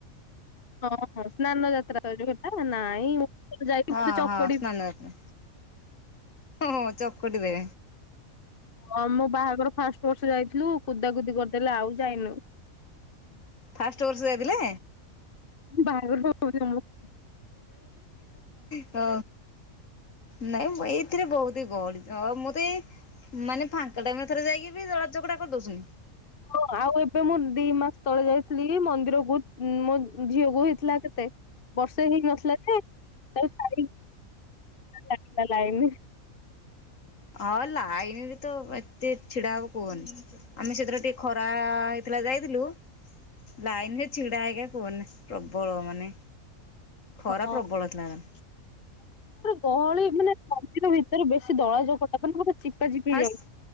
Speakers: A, on the left (about 40°); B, on the left (about 65°).
A: ହଁ ହୋ ସ୍ନାନ ଯାତ୍ରା <unintelligible> ନାଇଁ ଯାଇକି
B: ହଁ
A: ଗୋଟେ ଚକଡି
B: ହଁ ସ୍ନାନ ଯାତ ହ ଚକୁଟି ବେ
A: ହଁ ମୁଁ ବାହାଘର ଫାଷ୍ଟ ବର୍ଷ ଯାଇଥିଲୁ କୁଦା କୁଦି କରିଦେଲେ ଆଉ ଯାଇନୁ।
B: ଫାଷ୍ଟ ବର୍ଷ ଯାଇଥିଲେ।
A: ବାହାଘର ତ <unintelligible>
B: ଓ ନାଇଁ ମୁଁ ଏଇଥିରେ ବହୁତ ହି ଗଡି ତ ମୁଁ ତ ଏଇ ମାନେ ଫାଙ୍କା ଟାଇମ ଥରେ ଯାଇକି ବି ଦଳା ଚକଟା କରିଦଉଛନ୍ତି।
A: ହଁ ଆଉ ଏବେ ମୁଁ ଦି ମାସ ତଳେ ଯାଇଥିଲି ମନ୍ଦିରକୁ ମୋ ଝିଅ କୁ ହେଇଥିଲା କେତେ? ବର୍ଷେ ହେଇ ନଥିଲା ଯେ, <unintelligible> ଲାଇନରେ
B: ହଁ ଲାଇନ ବି ତ ଏତେ ଛିଡ଼ା ହବ କୁହନି। ଆମେ ସେଥିରେ ଟିକେ ଖରା ହେଇଥିଲା ଯାଇଥିଲୁ ଲାଇନ ରେ ଛିଡ଼ା ହେଇକା କୁହନି ପ୍ରବଳ ମାନେ ଖରା
A: ହଁ
B: ପ୍ରବଳ ଟାଣ।
A: ଗହଳି ମାନେ ମନ୍ଦିର ଭିତରେ ବେଶୀ ଦଳାଜପଟା କ ବୋତେ ଚିପା ଚିପି
B: ଫାଷ୍ଟ
A: ହେଇଯାଉଛି।